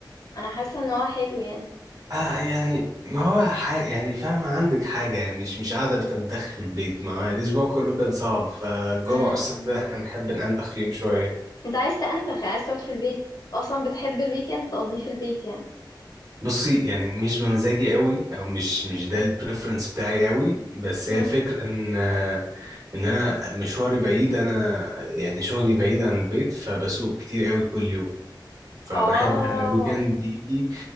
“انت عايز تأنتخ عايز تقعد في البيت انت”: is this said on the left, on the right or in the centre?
Left